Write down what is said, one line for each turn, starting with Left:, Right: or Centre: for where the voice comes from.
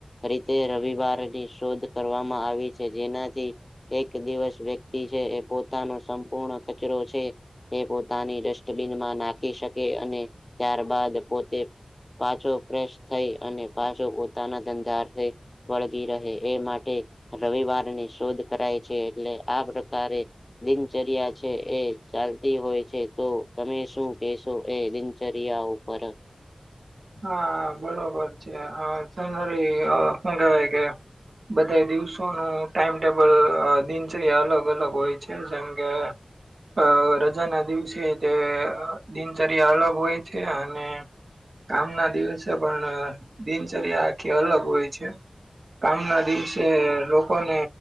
Left: રીતે રવિવારની શોધ કરવામાં આવી છે જેનાથી, એક દિવસ વ્યક્તિ છે એ પોતાનો સંપૂર્ણ કચરો છે. તે પોતાની ડસ્ટબીનમાં નાખી શકે અને ત્યારબાદ પોતે. પાછો ફ્રેશ થઈ અને પાછો પોતાના ધંધા થઈ. વળગી રહે એ માટે રવિવારની શોધ કરાય છે એટલે આ પ્રકારે. દિનચર્યા છે એ ચાલતી હોય છે તો તમે શું કેશો એ દિન ચરયા ઉપર,
Right: હા બરોબર છે હ જનરલી અ હું કેવાય કે, બધા દિવસોનું ટાઈમટેબલ દિનચર્યા અલગ અલગ હોય છે જેમ કે, અ રજા ના દિવસે તે દિનચર્યા અલગ હોય છે અને, કામ ના દિવસે પણ દિનચર્યા આખી અલગ હોય છે. કામ ના દિવસે લોકોને